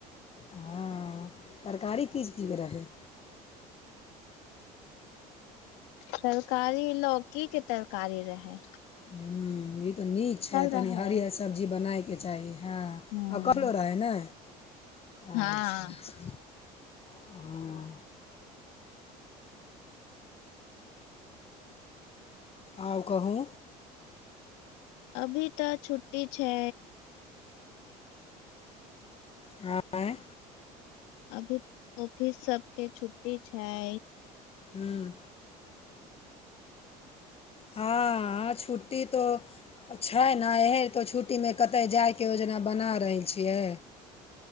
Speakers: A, on the left (about 30°); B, on the left (about 75°).
A: हँ तरकारी की जके रहै
B: तरकारी लौकी के तरकारी रहय
A: हँ ई तऽ नीक छै तनि
B: रहे
A: हरियस सब्जी बनायके चाही हँ
B: ह
A: आ कमलो रहै ने
B: हँ
A: आच्छा अच्छा हँ आउ कहू
B: अभी तऽ छुट्टी छै
A: आँय
B: अभी ऑफिस सबके छुट्टी छै
A: हूँ हँ अ छुट्टी तो छै न ए तऽ छुट्टी में कतहु जाइके योजना बना रहल छियै